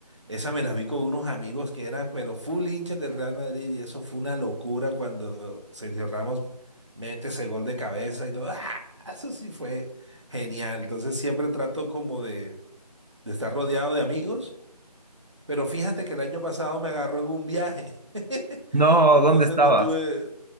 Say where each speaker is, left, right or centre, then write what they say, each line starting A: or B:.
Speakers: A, on the right; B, on the right.
A: Esa me la vi con unos amigos que eran, pero full hinchas del Real Madrid, y eso fue una locura cuando Sergio Ramos mete ese gol de cabeza y todo. ¡Ah! Eso sí fue genial. Entonces siempre trato como de, de estar rodeado de amigos, pero fíjate que el año pasado me agarró en un viaje. <laughs>
B: No,
A: Entonces
B: ¿dónde estabas?
A: no tuve,